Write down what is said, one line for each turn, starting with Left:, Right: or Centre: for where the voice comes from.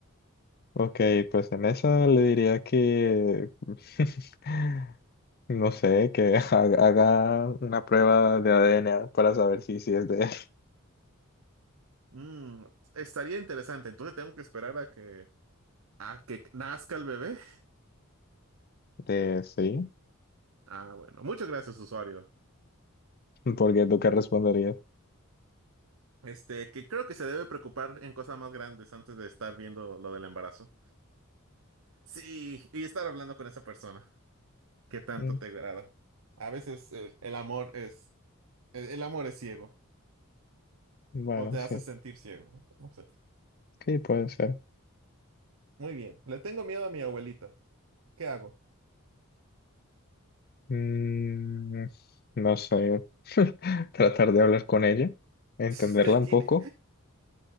Left: Ok, pues en eso le diría que, <laughs> no sé, que <laughs> ha- haga una prueba de ADN para saber si, si es de <laughs> él.
Right: Mm, estaría interesante. Entonces tengo que esperar a que a que nazca el bebé. <laughs>
Left: De sí,
Right: Ah, bueno. Muchas gracias, usuario.
Left: porque tú qué responderías.
Right: Este, que creo que se debe preocupar en cosas más grandes antes de estar viendo lo del embarazo. Sí, y estar hablando con esa persona que tanto
Left: Mm,
Right: te agrada. A veces eh, el, amor es, el, el amor es ciego
Left: Bueno,
Right: o te
Left: sí,
Right: hace sentir ciego. No sé.
Left: sí puede ser.
Right: Muy bien. Le tengo miedo a mi abuelita. ¿Qué hago?
Left: Mm, no sé, <laughs> tratar de hablar con ella,
Right: <laughs>
Left: entenderla
Right: Usted
Left: un
Right: tiene-
Left: poco.